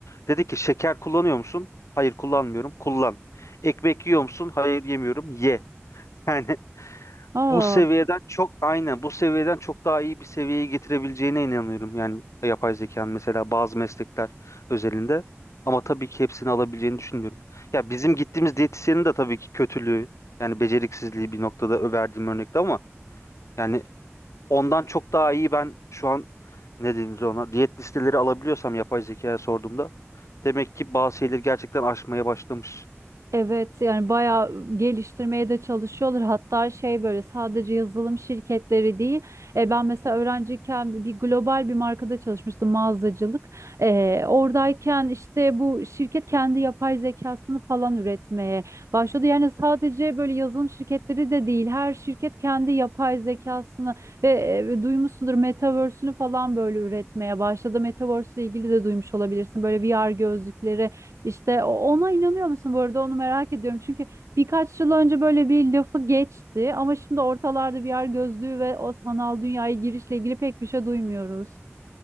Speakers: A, on the left; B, on the right.
A: Dedi ki şeker kullanıyor musun? Hayır kullanmıyorum. Kullan. Ekmek yiyor musun? Hayır yemiyorum. Ye. <laughs> Yani
B: Aa.
A: bu seviyeden çok aynen bu seviyeden çok daha iyi bir seviyeye getirebileceğine inanıyorum. Yani yapay zekanın mesela bazı meslekler özelinde ama tabii ki hepsini alabileceğini düşünmüyorum. Ya bizim gittiğimiz diyetisyenin de tabii ki kötülüğü yani beceriksizliği bir noktada ö- verdiğim örnekte ama yani ondan çok daha iyi ben şu an ne denir ona diyet listeleri alabiliyorsam yapay zekaya sorduğumda demek ki bazı şeyleri gerçekten aşmaya başlamış.
B: Evet yani bayağı geliştirmeye de çalışıyorlar. Hatta şey böyle sadece yazılım şirketleri değil. E, ben mesela öğrenciyken bir bir global bir markada çalışmıştım mağazacılık. E, oradayken işte bu şirket kendi yapay zekasını falan üretmeye başladı. Yani sadece böyle yazılım şirketleri de değil. Her şirket kendi yapay zekasını ve e, duymuşsundur Metaverse'ünü falan böyle üretmeye başladı. Metaverse ile ilgili de duymuş olabilirsin. Böyle VR gözlükleri işte o- ona inanıyor musun bu arada onu merak ediyorum. Çünkü birkaç yıl önce böyle bir lafı geçti ama şimdi ortalarda VR gözlüğü ve o sanal dünyaya girişle ilgili pek bir şey duymuyoruz.